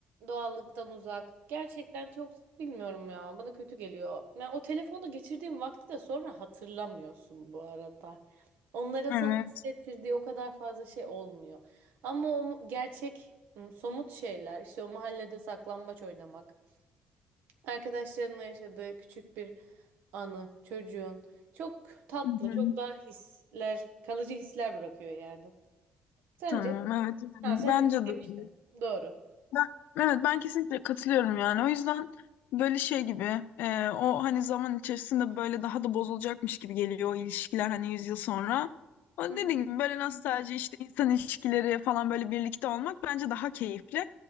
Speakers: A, on the right; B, on the left.
A: doğallıktan uzak. Gerçekten çok bilmiyorum ya. Bana kötü geliyor. Yani o telefonda geçirdiğim vakti de sonra hatırlamıyorsun bu arada. Onların sana
B: Evet.
A: hissettirdiği o kadar fazla şey olmuyor. Ama o gerçek m, somut şeyler işte o mahallede saklambaç oynamak, arkadaşlarınla yaşadığı küçük bir anı, çocuğun çok tatlı,
B: Hı hı.
A: çok daha hisler, kalıcı hisler bırakıyor yani. Sence?
B: Tamam evet. yani
A: Ha sen
B: Bence de
A: demiştin.
B: öyle.
A: Doğru.
B: Ben, evet ben kesinlikle katılıyorum yani. O yüzden böyle şey gibi e, o hani zaman içerisinde böyle daha da bozulacakmış gibi geliyor o ilişkiler hani 100 yıl sonra. O
A: Hı hı.
B: dediğim gibi böyle nostalji işte insan ilişkileri falan böyle birlikte olmak bence daha keyifli.